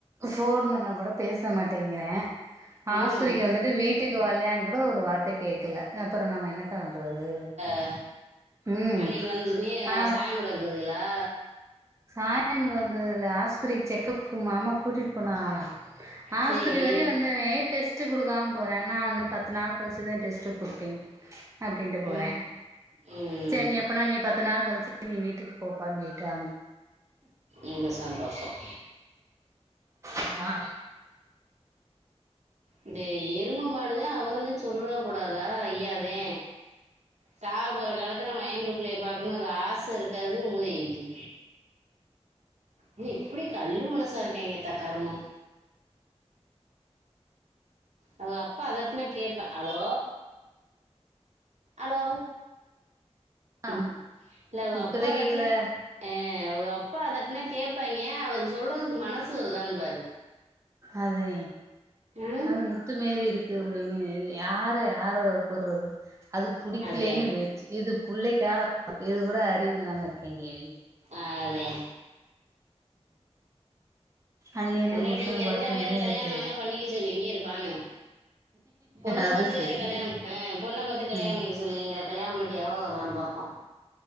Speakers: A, on the right; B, on the right.
A: ஃபோன் பண்ணா கூட பேச மாட்டேங்கிறே ஆஸ்பித்ரிக்கு
B: ம்
A: வந்துட்டு வீட்டுக்கு வல்லையான் கூட ஒரு வார்த்த கேக்கல அப்பற நம்ம என்னக்கா பண்றது
B: அ
A: ம்
B: அன்னக்கி வந்தொன்யு
A: ஆ
B: சாமி கும்பிட வந்துதுகளா
A: சாமி கும்பட வந்ததில்ல ஆஸ்பித்ரிக்கு செக்கப்க்கு மாமா கூட்டிட் போனாகளா ஆஸ்பித்திரி
B: சேரி
A: வரையு வந்தவெ டெஸ்ட்டு குடுக்காம போறே நா இன்னு பத்து நாள் கழிச்சுதா டெஸ்ட்டுக் குடுப்பேன் அப்டின்ட்டு போறே
B: ம் ம்
A: செரி நீ எப்படா நீ பத் து நாள் கழிச்சு நீ வீட்டுக்கு போப்பான் போய்ட்டா
B: இங்க சந்தோஷம்
A: ஆமா
B: இந்த எரும மாடுதா அவுருனு சொல்ற கூடாதா ஐயாதே சாகப்போற காலத்துல மகெ வூட்டு புள்ளைய பாக்கணுன் ஒரு ஆச இருக்காது மூதேவிக்கு என்ன இப்பிடி கல்லு மனசா இருக்காய்ங்கத்தா கருமொ அவுக அப்பா அதட்னா கேப்ப அலோ அலோ
A: ஆ
B: இல்ல அவுக
A: இப்பதா
B: அப்பா அதட்னா
A: கேக்குதா
B: அ அவுக அப்பா அதட்னா கேப் ப்பாய்ங்க அவருக்கு சொல்றதுக்கு மனசு வருதான்னு பாரு
A: அதே
B: ம்
A: அது முத்து மேரி இருக்கு அப்படின்னு யார யாரோட ஒப் புட்றது அது புடிக்லேன்னு
B: அதே
A: போய்ச்சி இது புள்ளைக்காக இது கூட அறிவு இல்லாம இருக்காய்ங்க தேங்க்யூ
B: அதே
A: அங்கேருந்து
B: பொண்டாட்டி
A: புருஷன
B: இங்க இருந்தா
A: பாத்துக்கணு
B: வேற கல்யாணம்
A: இது
B: வேணா பண்ணிக்க சொல்லு இங்கேயே இருப்பான்னு பொண்ண
A: அது
B: பாத்து
A: சரி
B: வேற கல்யாணம் அ பொண்ண பாத்து கல்யாணம்
A: ம்
B: பண்ணி வைக்க சொல்லு இவீங்கல கல்யாணம் பண்ணிக்க எவ வருவான்னு பாப்போ